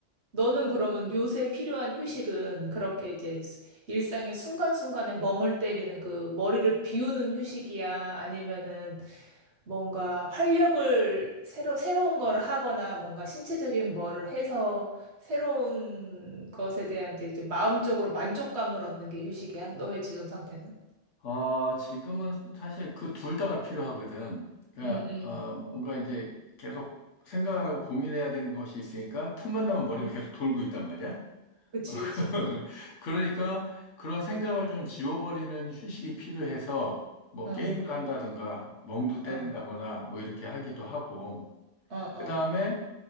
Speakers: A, on the right (about 60°); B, on the left (about 70°).
A: 너는 그러면 요새 필요한 휴식은 그렇게 이제 스- 일상의 순간순간에 멍을 때리는 그 머리를 비우는 휴식이야? 아니면은 뭔가 활력을 새로, 새로운 거를 하거나 뭔가 신체적인 뭐를 해서 새로운 것에 대한 이제, 이제 마음적으로 만족감을 얻는 게 휴식이야? 너의 지금 상태는?
B: 어, 지금은 사실 그 둘 다가 필요하거든. 그러니까
A: 응, 응,
B: 어, 뭔가 이제 계속 생각을 하고 고민해야 되는 것이 있으니까 틈만 나면 머리가
A: 응.
B: 계속 돌고 있단 말이야.
A: 그치,
B: <laughs>
A: 그치.
B: 그러니까 그런 생각을 좀 지워버리는 휴식이 필요해서 뭐
A: 어,
B: 게임도 한다든가 멍도 때린다거나
A: 어,
B: 뭐 이렇게 하기도 하고
A: 어, 어.
B: 그다음에